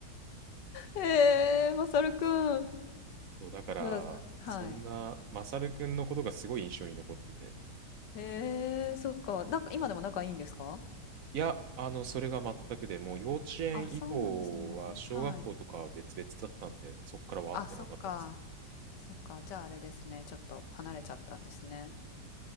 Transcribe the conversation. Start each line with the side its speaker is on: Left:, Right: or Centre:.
Left: へえ、マサルくん。
Right: そう、だから、
Left: だはい。
Right: そんなマサルくんのことがすごい印象に残ってて。
Left: へえ、そっか。なんか今でも仲いいんですか
Right: いや、あの、それが全くで、もう幼稚園以降は、
Left: あ、そうなんですね。
Right: 小学校とかは別々だったんで、
Left: はい。
Right: そっからは会ってなかったです。
Left: あ、そっか。そっか。じゃああれですね。ちょっと離れちゃったんですね。